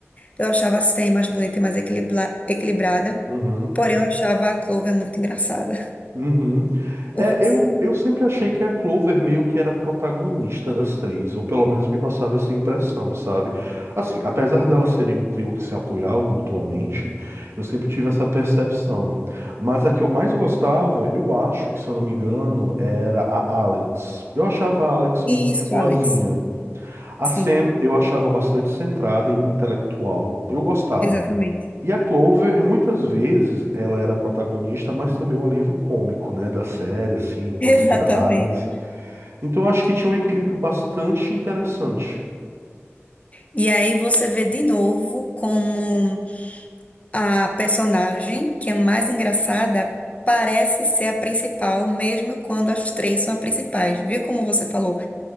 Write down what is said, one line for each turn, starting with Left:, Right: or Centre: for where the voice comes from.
Left: Eu achava a Sam mais bonita e mais equilibra- equilibrada,
Right: uhum.
Left: porém eu achava a Clover muito engraçada,
Right: Uhum. É,
Left: <laughs> confesso.
Right: eu, eu sempre achei que a Clover meio que era a protagonista das três, ou pelo menos me passava essa impressão, sabe? Assim, apesar delas serem um trio que se apoiavam mutuamente, eu sempre tive essa percepção. Mas a que eu mais gostava, eu acho que, se eu não me engano, era a Alex. Eu achava a Alex muito
Left: Isso,
Right: de boazinha.
Left: Alex.
Right: A
Left: Sim,
Right: Sam eu achava bastante centrada e intelectual. Eu gostava.
Left: exatamente. <laughs>
Right: E a Clover, muitas vezes, ela era a protagonista, mas também o alívio cômico, né, da série, assim, com
Left: Exatamente.
Right: as tiradas. Então, eu acho que tinha um equilíbrio bastante interessante.
Left: E aí você vê de novo como a personagem, que é mais engraçada, parece ser a principal, mesmo quando as três são as principais. Viu como você falou?